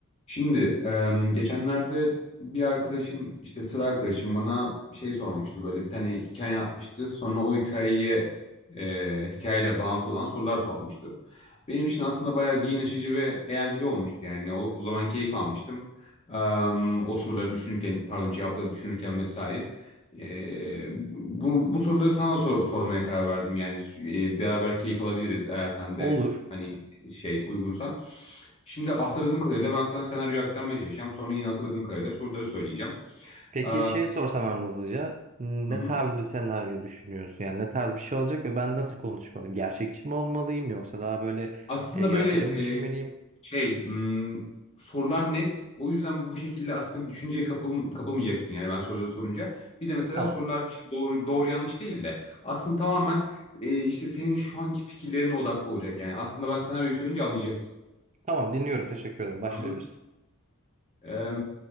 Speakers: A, on the left; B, on the right.
A: Şimdi em, geçenlerde bir arkadaşım işte sıra arkadaşım bana şey sormuştu böyle bir tane hikaye atmıştı. Sonra o hikayeye e, hikayeyle bağlantılı olan sorular sormuştu. Benim için aslında bayağı zihin açıcı ve eğlenceli olmuştu yani. O, o zaman keyif almıştım. Em, o soruları düşünürken pardon cevapları düşünürken vesaire. E, bu, bu soruları sana da sor- sormaya karar verdim yani e, beraber keyif alabiliriz eğer sen
B: Olur.
A: de hani şey uygunsan. Şimdi hatırladığım kadarıyla ben sana senaryoyu aktarmaya çalışacağım. Sonra yine hatırladığım kadarıyla soruları söyleyeceğim.
B: Peki
A: Eee,
B: şey sorsam ben hızlıca ne
A: hı hı.
B: tarz bir senaryo düşünüyorsun? Yani ne tarz bir şey olacak ve ben nasıl konuşmalıyım? Gerçekçi mi olmalıyım yoksa daha böyle
A: Aslında
B: e, yaratıcı
A: böyle
B: mı düşünmeliyim?
A: e, şey hmm, sorular net. O yüzden bu şekilde aslında bir düşünceye kapıl, kapılmayacaksın yani ben soruları sorunca. Bir de mesela
B: Tamam.
A: sorular işte doğru, doğru yanlış değil de aslında tamamen e, işte senin şu anki fikirlerine odaklı olacak yani. Aslında ben senaryoyu söyleyince anlayacaksın.
B: Tamam dinliyorum. Teşekkür ederim. Başlayabilirsin.
A: Hı hı. Eee,